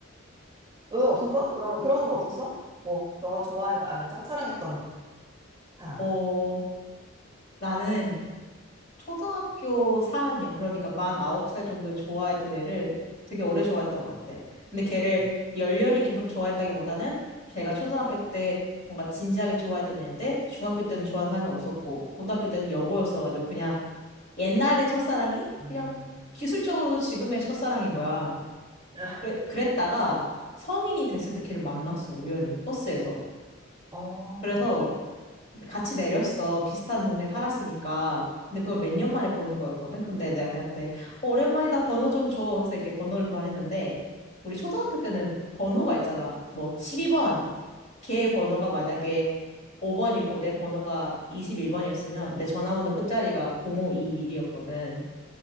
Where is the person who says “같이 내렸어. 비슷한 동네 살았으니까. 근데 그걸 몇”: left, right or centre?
Left